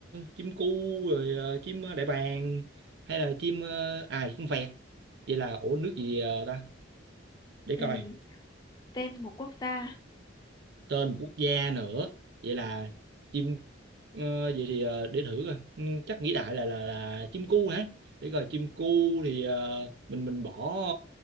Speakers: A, on the right (about 60°); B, on the left (about 20°).
A: chim cu rồi ờ, chim ờ, đại bàng hay là chim ờ, à chim vẹt vậy là ủa nước gì ờ, ta để
B: ừ.
A: coi
B: tên một quốc gia
A: tên quốc gia nữa vậy là chim ờ, vậy thì ờ, để thử coi Ừ, chắc nghĩ đại là là là chim cu hả để coi chim cu thì ờ, mình mình bỏ